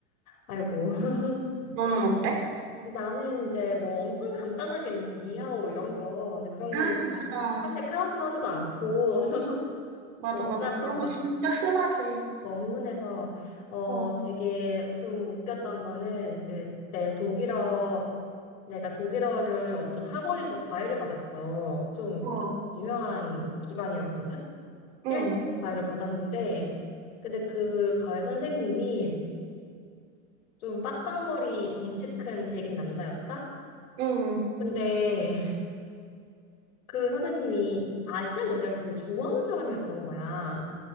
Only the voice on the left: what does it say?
아이고. <laughs>
나는 이제 뭐 엄청 간단하게는 뭐 니하오 이런 거 근데 그런
거는
사실 카운트 하지도 않고 <laughs>
어
그다음
막
너무 흔해서 어
되게 좀 웃겼던 거는 이제 내 독일어 내가 독일어를 어떤 학원에서 과외를 받았어 좀
유명한 기관이었거든
1대 과외를 받았는데 근데 그 과외 선생님이 좀 빡빡머리 덩치 큰 백인 남자였다
근데 그 선생님이 아시안 여자를 되게 좋아하는 사람이었던 거야.